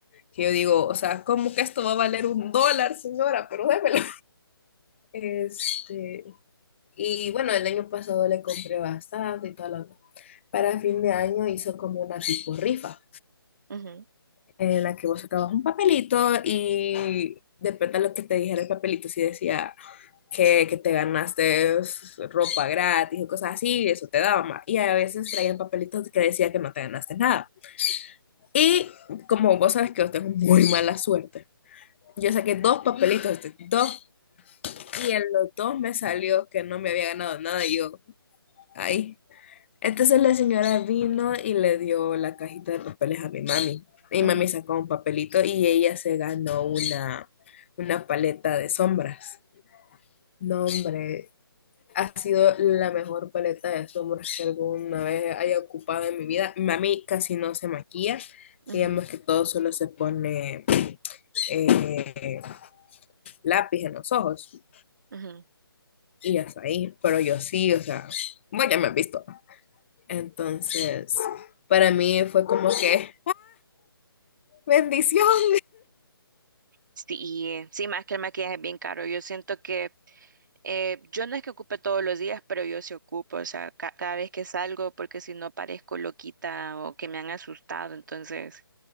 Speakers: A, on the left; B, on the right.
A: Que yo digo, o sea, ¿cómo que esto va a valer un dólar, señora? Pero démelo. Este, Y bueno, el año pasado le compré bastante y todo lo Para fin de año hizo como una tipo rifa,
B: ujú,
A: en la que vos sacabas un papelito y depende de lo que te dijera el papelito, si decía que, que te ganaste ropa gratis o cosas así, eso te daba más. Y a veces traían papelitos que decía que no te ganaste nada. Y como vos sabes que yo tengo muy mala suerte, yo saqué dos papelitos, dos, y en los dos me salió que no me había ganado nada. Y yo, ahí. Entonces la señora vino y le dio la cajita de papeles a mi mami. Mi
B: ujú,
A: mami sacó un papelito y ella se ganó una, una paleta de sombras. No, hombre, ha sido la mejor paleta de sombras que alguna vez haya ocupado en mi vida. Mi mami casi no se maquilla,
B: ujú,
A: ella más que todo solo se pone eh, lápiz en los ojos
B: ujú.
A: y hasta ahí. Pero yo sí, o sea, bueno, ya me has visto. Entonces, para mí fue como que... Bendición.
B: Sí, sí, más que el maquillaje es bien caro. Yo siento que eh, yo no es que ocupe todos los días, pero yo sí ocupo, o sea, ca- cada vez que salgo, porque si no parezco loquita o que me han asustado, entonces.